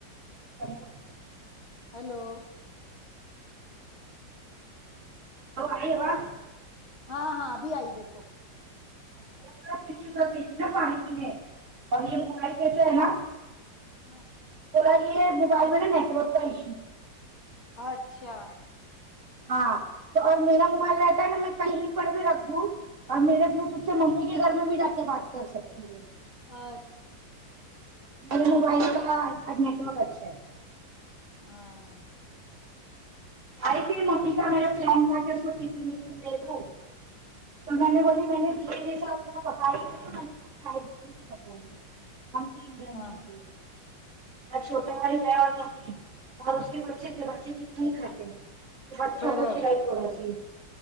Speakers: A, on the right; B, on the left.
A: ہلو
B: ہیلو
A: آئی
B: تھوڑا
A: ہیلو آواز
B: ہاں ہاں اب آئی دیکھو
A: وہ تھوڑا نا پانی پینے اور یہ موبائل کیسے ہے نا
B: ہاں
A: تولا گ موبائل میں ن نیٹورک تو ایو
B: اچھا
A: ہاں تو اور میرا موبائل رہتا ہے نا میں کہیں پر بھی رکھ دوں اور میرے پ سے ممی کے گھر میں بھی جا کے بات کر سکتی ہوں
B: <unintelligible>
A: میرے موبائل کا آج نیٹورک اچھا ہے
B: ہاں
A: آئی تھی ممی کا میرا پلان تھا کہ اس کو ٹفن وفن دے دو تو میں نے بولی میں نے دھیے جیسا پکائی نے کھائی پکائی ہم تیس دن
B: ہاں
A: کےے چھوٹا بائی ہے اور اور اس کے بچے سے بچے نہیں کھاتے بچوں
B: برابر
A: کو کھلائی تھوڑا سی